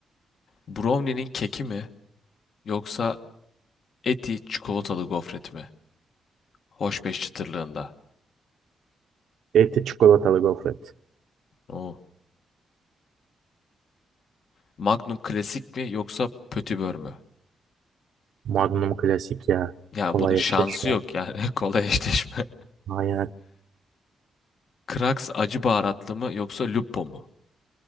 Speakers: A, on the left; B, on the right.
A: Brownie'nin keki mi yoksa Eti çikolatalı gofret mi? Hoşbeş çıtırlığında.
B: Eti çikolatalı gofret.
A: Oo. Magnum klasik mi yoksa pötibör mü?
B: Magnum klasik ya.
A: Yani
B: Kolay
A: bunun şansı
B: eşleşme.
A: yok yani <laughs> kolay eşleşme.
B: Aynen.
A: Krax acı baharatlı mı yoksa Lupo mu?